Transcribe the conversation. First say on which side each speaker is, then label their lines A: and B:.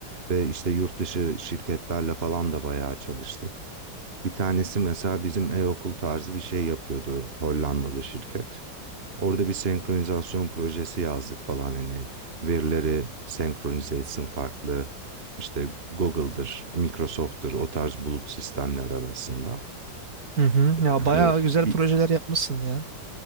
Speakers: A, on the right; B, on the right.
A: Ve işte yurt dışı şirketlerle falan da bayağı çalıştım. Bir tanesi mesela bizim e-okul tarzı bir şey yapıyordu Hollandalı şirket. Orada bir senkronizasyon projesi yazdık falan hani verileri senkronize etsin farklı işte Google'dır, Microsoft'tur o tarz bulut sistemler arasında.
B: Hı hı. Ya
A: Hani
B: bayağı güzel
A: bir,
B: projeler yapmışsın ya.